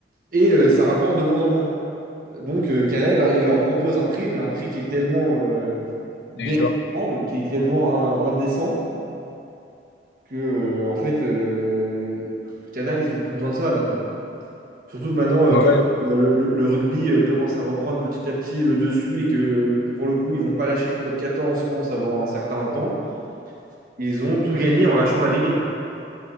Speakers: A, on the right (about 45°); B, on the left (about 65°).
A: et euh, ça rapporte de moins en moins. Donc, euh, Canal, il leur, il leur propose un prix, mais un prix qui est tellement euh, déraisonnable,
B: dérisoire.
A: qui est tellement in- indécent, que euh, en fait euh, Canal ils ont plus besoin de ça maintenant. Surtout maintenant euh,
B: Ouais,
A: comme
B: ouais,
A: euh, le, le- le rugby euh, commence à reprendre petit à petit le dessus et que pour le coup ils vont pas lâcher le top 14 je pense avant un certain temps. Ils ont tout gagné en lâchant la Ligue 1